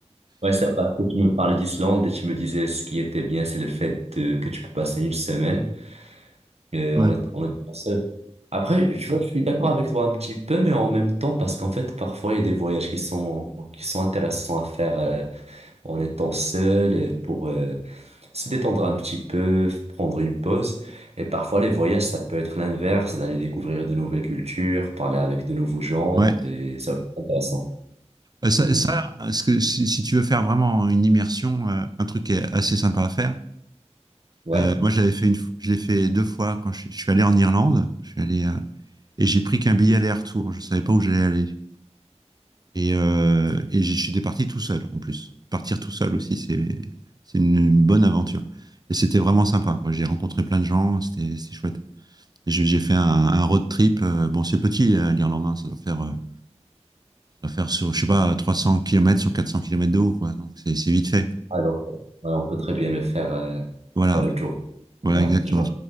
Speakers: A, on the right; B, on the right.
A: Ouais, ça, parce que tu me parlais d'Islande et tu me disais ce qui était bien, c'est le fait de- que tu peux passer une semaine et
B: Ouais.
A: on est, on est pas seul. Après, tu vois, je suis d'accord avec toi un petit peu, mais en même temps, parce qu'en fait, parfois, il y a des voyages qui sont, qui sont intéressants à faire euh, en étant seul euh, pour, euh, se détendre un petit peu, prendre une pause. Et parfois, les voyages, ça peut être l'inverse, d'aller découvrir de nouvelles cultures, parler avec de nouveaux gens,
B: Ouais.
A: et ça va être intéressant.
B: Euh, Ça,
A: Hmm.
B: ça, ce que, si, si tu veux faire vraiment une immersion, euh, un truc qui est assez sympa à faire.
A: Ouais,
B: euh, moi, je l'avais fait une, fo- je l'ai fait deux fois quand je, je suis allé en Irlande. Je suis allé à- et j'ai pris qu'un billet aller-retour. Je savais pas où j'allais aller. Et, euh, et je suis parti tout seul en plus. Partir tout seul aussi, c'est c'est une, une bonne aventure. Et c'était vraiment sympa, quoi. J'ai rencontré plein de gens, c'était c'est chouette. Et J'ai j'ai fait un, un road trip. euh, bon, c'est petit, euh, l'Irlande, hein, ça doit faire, euh, ça doit faire sur, je sais pas, 300 kilomètres sur 400 kilomètres de haut, quoi. Donc c'est c'est vite fait.
A: alors, ouais, on peut très bien le faire, euh,
B: Voilà,
A: faire le tour.
B: voilà
A: Ouais,
B: exactement.
A: je vois.